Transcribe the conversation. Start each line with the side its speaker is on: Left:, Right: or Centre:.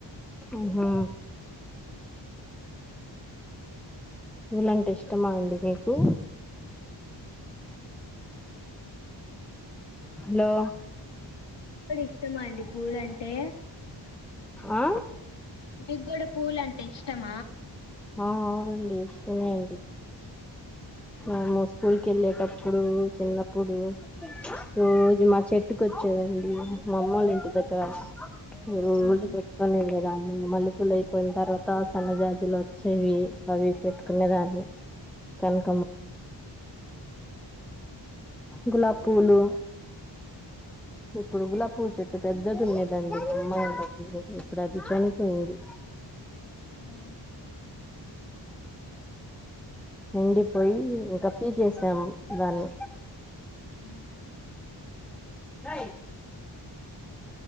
Centre: ఆహా
Left: ఉ
Centre: పూలంటే ఇష్టమా అండి మీకు?
Left: <inaudible>
Centre: హలో
Left: ఇప్పుడు ఇష్టమండి పూలంటే.
Centre: ఆ
Left: మీకు కూడ పూలు అంటే ఇష్టమ
Centre: ఆ అవునండి ఇష్టమే అండి మేము స్కూల్ కెళ్ళేటప్పుడు చిన్నప్పుడు రోజు మా చెట్టుకు ఒ <unintelligible> మా అమ్మళ్లు ఇంటి దగ్గర రోజు
Left: ఆ
Centre: పెట్ కొనే <unintelligible> మల్లెపూలు అయిపోయిన తర్వాత సన్నజాజులు వచ్చేవి అవి పెట్టుకునే దాన్ని <unintelligible> గులాబ్ పూలు ఇప్పుడు గులాబ్ చె ఇ పెద్దది ఉండేదండి అమ్మాయి ఇప్పుడు అది చనిపోయింది
Left: ఆ
Centre: ఎండిపోయి <unintelligible> దాన్ని
Left: ఆ
Centre: రై